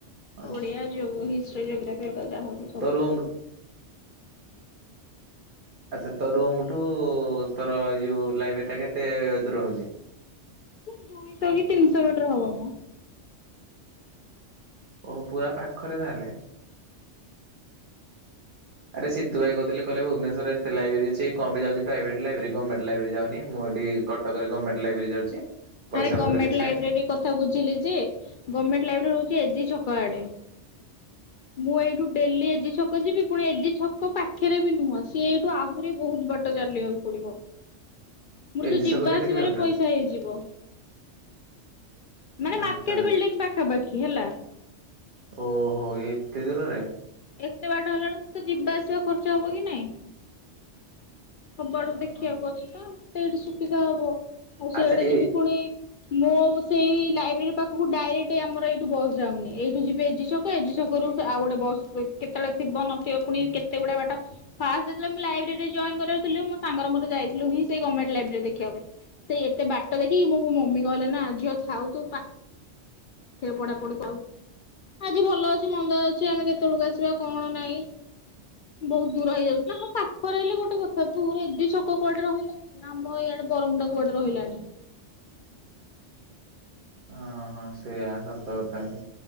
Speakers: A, on the right; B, on the left.
A: ଆଚ୍ଛା।
B: ଓଡିଆ ହିଷ୍ଟ୍ରି ଜୋଗ୍ରାଫି ହେରିକା ଯାହାହୁଏ।
A: ତରୁୁଣ। ଆଚ୍ଛା ତୋ ରୁମଠୁ ତୋର ଏଇ ଯୋଉ ଲାଇବ୍ରେରୀଟା କେତେ ଦୂର ହଉଛି?
B: ଦୁଇଶହ କି ତିନିଶହ ମିଟର ହବ।
A: ଓ ପୁରା ପାଖରେ ତାହାଲେ। ଆରେ ସୀତୁ ଭାଇ କହୁଥିଲେ କହିଲ ଭୁବନେଶ୍ୱର ଏତେ ଲାଇବ୍ରେରି ଅଛି ଇଏ କଣ ପାଇ ଯାଉଛି ପ୍ରାଇଭେଟ ଲାଇବ୍ରେରୀ ଯାଉଛି ଗମେଣ୍ଟ ଲାଇବ୍ରେରୀ ଯାଉନି। ମୁଁ ଏଇଠି କଟକରେ ଗମେଣ୍ଟ ଲାଇବ୍ରେରୀ ଯାଉଛି। ପଇସା
B: ଆରେ ଗମେଣ୍ଟ
A: ପତ୍ର କିଛି
B: ଲାଇବ୍ରେରୀ
A: ନାହିଁ
B: କଥା ବୁଝିଲି ଯେ ଗମେଣ୍ଟ ଲାଇବ୍ରେରୀ ହଉଛି ଏଜି ଛକ ଆଡେ ମୁଁ ଏଇଠୁ ଡେଲି ଏଜି ଛକ ଯିବି ପୁଣି ଏଜି ଛକ ପାଖରେ ବି ନୁହଁ ସିଏ ଏଇଠୁ ଆହୁରି ବି ବହୁତ ବା ଚାଲିିବାକୁ ପଡିବ। ମୋର
A: ଏଜି
B: ତ ଯିବା
A: ଛକ କେତେ
B: ଆସିବାରେ
A: କିଲୋମିଟର
B: ପଇସା ହେଇଯିବ। ମାନେ
A: ଆଚ୍ଛା
B: ମାର୍କେଟ
A: ଭାଇ
B: ବିଲ୍ଡିଂ ପାଖାପାଖି ହେଲା
A: ଓହୋ ଏତେ ଦୂରରେ
B: ଏତେ ବାଟ ହେଲା ବେଳକୁ ମୁଁ ତ ଯିବା ଆସିବା ଖର୍ଚ୍ଚ ହବ କି ନାଇଁ? ସବୁଆଡକୁ
A: ହଁ
B: ଦେଖିବାକୁ
A: ହଁ
B: ଅଛି ତ ମତେ ଏଇଠି ସୁବିଧା ହବ ଆଉ
A: ଆଚ୍ଛା
B: ସିଆଡେ
A: ଏ
B: ଯିବି ପୁଣି ମୁଁ ସେଇ ଲାଇବ୍ରେରୀ ପାଖକୁ ଡାଇରେକ୍ଟ ଆମର ଏଇଠୁ ବସ ଯାଉନି ଏଇଠୁ ଯିବେ ଏଜି ସବ ଏଜି ଛକରୁ ଆଉ ଗୋଟେ ବସ କେତେବେଳେ ଥିବ ନଥିବ ପୁଣି କେତେ ଗୁଡା ବାଟ ଫାଷ୍ଟ ଯେତେବେଳେ ମୁଁ ଲାଇବ୍ରେରୀ ଜଏନ୍ କରଥିଲୁ ସାଙ୍ଗର ମୋର ଯାଇଥିଲୁ ସେ ଗମେଣ୍ଟ ଲାଇବ୍ରେରୀ ଦେଖିବାକୁ। ସେଇ ଏତେ ବାଟ ଦେଖି ମୋ ମମି କହିଲ ନା ଝିଅ ଥାଉ ତୁ ପଢାପଢ଼ି ଆଜି ଭଲ ଅଛି ମନ୍ଦ ଅଛି ଆମେ କେତେବେଳକୁ ଆସିବା କଣ ନାଇଁ? ବହୁତ ଦୂର ହେଇଯାଉଛି ନା ହଁ ପାକ ରହିଲେ ଗୋଟେ କଥା ତୁର ଏଜି ଛକ କୁଆଡେ ରହିଲାଣି ନା ଆମରଇଆଡେ ବରମୁଣ୍ଡା କୁଆଡେ ରହିଲାଣି?
A: ହଁ ହଁ ସେଇଆ ସତ କଥା ବି